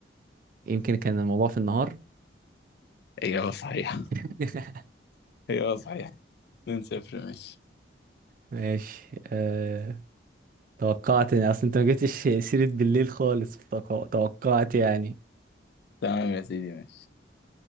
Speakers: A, on the right (about 50°); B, on the left (about 60°).
A: يمكن كان الموضوع في النهار
B: إجابة صحيحة
A: <laughs>
B: <laughs> إجابة صحيحة 2 0 ماشي
A: ماشي أه... توقعت يعني أصل أنت ما جبتش سيرة بالليل خالص فتوق- توقعت يعني
B: تمام يا سيدي ماشي